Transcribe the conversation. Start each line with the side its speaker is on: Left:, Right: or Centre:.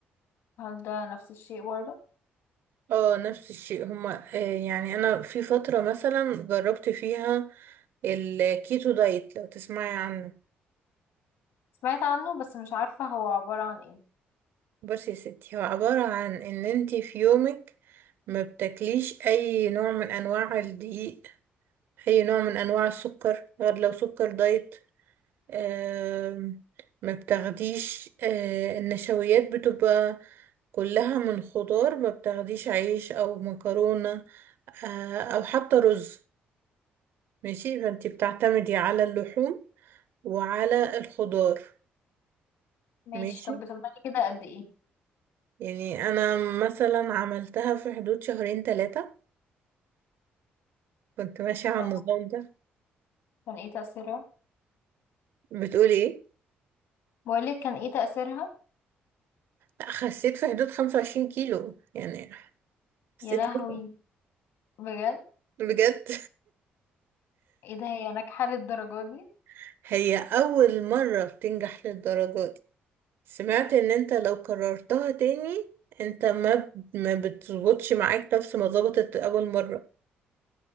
Left: هل ده نفس الشيء برضه
Right: اه نفس الشيء هما آه، يعني انا في فترة مثلا جربت فيها الكيتو دايت لو تسمعي عنه
Left: سمعت عنه بس مش عارفة هو عبارة عن ايه
Right: بصي يا ستي هو عبارة عن ان انتي في يومك ما بتاكليش اي نوع من انواع الدقيق اي نوع من انواع السكر غير لو سكر دايت آم، ما بتاخديش آه، النشويات بتبقى كلها من خضار ما بتاخديش عيش او مكرونة آه، او حتى رز ماشي فانتي بتعتمدي على اللحوم وعلى الخضار
Left: ماشي
Right: ماشي
Left: طب بتفضلي كده قد ايه
Right: يعني انا مثلا عملتها في حدود شهرين ثلاثة كنت ماشية على
Left: طب
Right: النظام ده
Left: كان ايه تأثيرها
Right: بتقولي ايه؟
Left: بقولك كان ايه تأثيرها
Right: لا خسيت في حدود 25 كيلو يعني خسيت
Left: يا لهوي
Right: كتير.
Left: بجد
Right: بجد
Left: ايه ده هي ناجحة للدرجة دي
Right: <laughs> هي أول مرة بتنجح للدرجة دي سمعت ان انت لو كررتها تاني انت ما ما بتظبطش معاك نفس ما ظبطت أول مرة